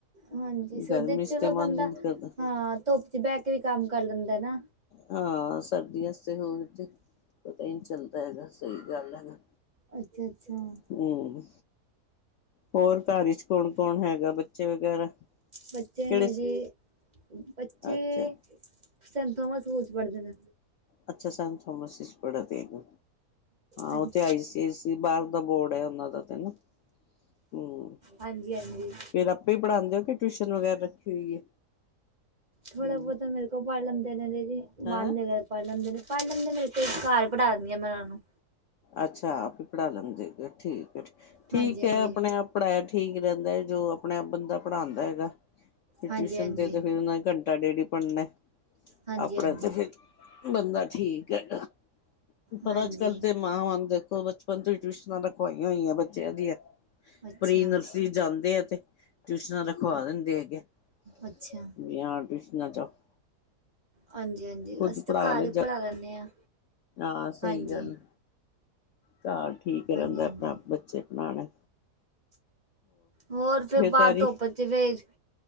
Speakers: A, on the right (about 30°); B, on the left (about 70°).
A: ਹਾਂਜੀ ਸਰਦੇ
B: ਗਰਮੀ
A: ਚ
B: ਤੇ ਮਨ
A: ਬੰਦਾ,
B: ਹੀ ਨੀ ਕਰਦਾ
A: ਹਾਂ, ਧੁੱਪ ਚ ਬਹਿ ਕੇ ਵੀ ਕੰਮ ਕਰ ਲੈਂਦਾ ਨਾ,
B: ਹਾਂ ਸਰਦੀ ਵਸਤੇ ਹੋਰ ਇੱਥੇ ਪਤਾ ਹੀ ਨਹੀਂ ਚੱਲਦਾ। ਹੈਗਾ ਸਹੀ ਗੱਲ ਹੈਗਾ
A: ਅੱਛਾ, ਅੱਛਾ,
B: ਹਮ ਹੋਰ ਘਰ ਵਿਚ ਕੌਣ ਕੌਣ ਹੈਗਾ ਬੱਚੇ ਵਗੈਰਾ
A: ਬੱਚੇ
B: ਕਿਹੜੇ
A: ਨੇ ਜੀ, ਬੱਚੇ
B: ਅੱਛਾ
A: <unintelligible> ਪੜ੍ਹਦੇ ਨੇ
B: ਅੱਛਾ ਸੈਂ ਥੋਮਸਿਸ ਪੜਾ ਤੇ ਹੈਗਾ
A: ਹਾਂਜੀ
B: ਉੱਥੇ ਆਈ, ਬਾਹਰ ਦਾ ਬੋਰਡ ਹੈ ਉਹਨਾਂ ਦਾ ਤੇ ਨਾ ਹੂੰ,
A: ਹਾਂਜੀ-ਹਾਂਜੀ।
B: ਫੇਰ ਆਪੇ ਹੀ ਪੜ੍ਹਾਂਦੇ ਹੋ ਕਿ ਟਿਊਸ਼ਨ ਵਗੈਰਾ ਰੱਖੀ ਹੋਈ ਹੈ?
A: ਥੋੜਾ
B: ਹੂੰ
A: ਬਹੁਤ ਪੜ੍ਹ ਲੈਂਦੇ ਨੇ ਦੀਦੀ
B: ਹੈਂ
A: ਮਨ ਮਗਾ ਪੜ੍ਹ ਲੈਂਦੇ ਨੇ ਪੜ੍ਹ ਲੈਂਦੇ, ਮੇਰੇ ਤੇ ਘਰ ਪੜਾ ਦਿੰਦੀ ਆ ਮੈਂ ਉਹ ਨੂੰ
B: ਅੱਛਾ ਆਪ ਹੀ ਪੜ੍ਹਾ ਲੈਂਦੇ ਠੀਕ ਹੈ ਠੀਕ
A: ਹਾਂਜੀ ਹਾਂਜੀ
B: ਹੈ, ਆਪਣੇ ਆਪ ਪੜ੍ਹਾਇਆ ਠੀਕ ਰਹਿੰਦਾ ਜੋ ਆਪਣੇ ਆਪ ਬੰਦਾ ਪੜ੍ਹਾਉਂਦਾ ਹੈਗਾ,
A: ਹਾਂਜੀ
B: ਟਿਊਸ਼ਨ
A: ਹਾਂਜੀ
B: ਤੇ ਤੇ ਫਿਰ ਉਹਨਾ ਘੰਟ ਡੇਡੀ ਨੇਪੜਨਾ ਨੇ
A: ਹਾਂਜੀ
B: ਆਪਣਾ ਤੇ ਫਿਰ
A: ਹਾਂਜੀ
B: ਬੰਦਾ ਠੀਕ ਹੈਗਾ। ਪਰ
A: ਹਾਂਜੀ
B: ਅੱਜ-ਕੱਲ੍ਹ ਤੇ ਮਾਂਵਾਂ ਦੇਖੋ ਬਚਪਨ ਤੋਂ ਹੀ ਟਿਊਸ਼ਨਾਂ ਰਖਵਾਈਆਂ ਹੋਈਆਂ ਬੱਚਿਆਂ ਦੀਆਂ।
A: ਅੱਛਾ
B: ਪ੍ਰੀ ਨਰਸਰੀ ਜਾਂਦੇ ਆ, ਤੇ ਟਿਊਸ਼ਨਾਂ ਰਖਵਾ ਦਿੰਦੇ ਹੈਗੇ।
A: ਅੱਛਾ
B: <unintelligible>
A: ਹਾਂਜੀ, ਹਾਂਜੀ
B: ਖੁਦ
A: ਅਸੀਂ ਤਾਂ ਘਰ
B: ਲੈ
A: ਹੀ
B: ਜਾ
A: ਪੜ੍ਹਾ ਲੈਂਦੇ ਹਾਂ।
B: ਹਾਂ ਸਹੀ
A: ਹਾਂਜੀ
B: ਗੱਲ ਐ, ਚਾਲ ਠੀਕ ਰਹਿੰਦਾ
A: ਹਾਂਜੀ ਹਾਂਜੀ
B: ਆਪਣਾ ਬੱਚੇ ਬਣਾਣਾ,
A: ਹੋਰ ਫਿਰ ਬਾਹਰ
B: ਤਿਆਰੀ
A: ਧੂੱਪ ਤੇ ਫਿਰ,